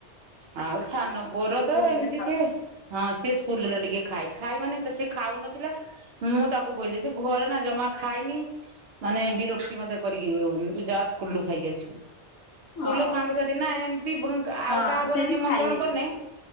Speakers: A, on the right; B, on the left.
A: ଆଉ ସାନ
B: ହଁ ହଁ
A: ପୁଅର
B: ହଁ ସ୍କୁଲରେ
A: ତ ଏମିତି
B: ଖାଉଛନ୍ତି
A: ସିଏ। ହଁ ସିଏ ସ୍କୁଲରେ ଟିକେ ଖାଏ ଖାଏ ମାନେ ତ ସେ ଖାଉନଥିଲା। ମୁଁ ତାକୁ କହିଲି ସେ ଘରେ ନା ଜମା ଖାଇନି ମାନେ ବିରକ୍ କିଛି ମତେ କରିକି ଦଉନି ତୁ ଯା ସ୍କୁଲରୁ ଖାଇକି ଆସିବୁ। ସ୍କୁଲର
B: ହଁ।
A: ସାଙ୍ଗସାଥି ନା ଏମିତି ଆଉ
B: ହଁ
A: କାହା ଘର
B: ସେଇଠି
A: ନିମନ୍ତ୍ରଣ
B: ଖାଇ ହେଇଯିବ
A: କରିନେ